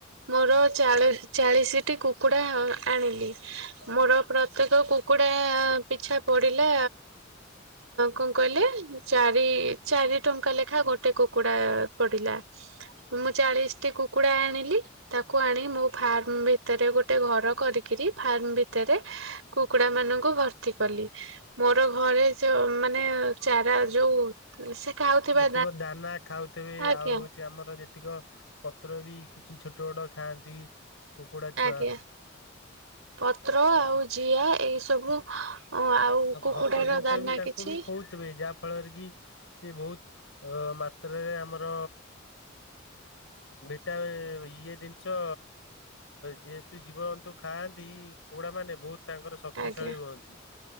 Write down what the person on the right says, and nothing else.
ମୋର ଚାଳିଶ ଚାଳିଶିଟି କୁକୁଡ଼ା ଆଣିଲି ମୋର ପ୍ରତ୍ୟେକ କୁକୁଡ଼ା ପିଛା ପଡ଼ିଲା କଣ କହିଲେ ଚାରି ଚାରି ଟଙ୍କା ଲେଖାଁ ଗୋଟେ କୁକୁଡ଼ା ପଡ଼ିଲା। ମୁଁ ଚାଳିଶଟି କୁକୁଡା ଆଣିଲି ତାକୁ ଆଣି ମୋ ଫାର୍ମ ଭିତରେ ଗୋଟେ ଘର କରିକିରି ଫାର୍ମ ଭିତରେ କୁକୁଡା ମାନଙ୍କୁ ଭର୍ତ୍ତି କଲି ମୋର ଘରେ ଯ ମାନେ ଚାରା ଯୋଉ ସେ ଖାଉଥିବା
ଆଜ୍ଞା
ଆଜ୍ଞା ପତ୍ର ଆଉ। ଜିଆ ଏଇସବୁ। ଓ ଆଉ କୁକୁଡ
ର ଦାନା
କିଛି।
ଆଜ୍ଞା